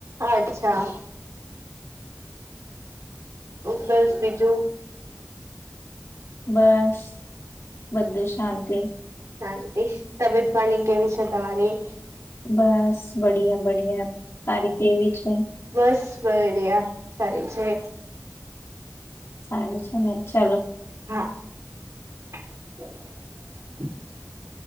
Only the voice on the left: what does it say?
બસ બધું શાંતિ
બસ બડિયા બડિયા તારી કેવી છે
સાડી છે ને ચાલો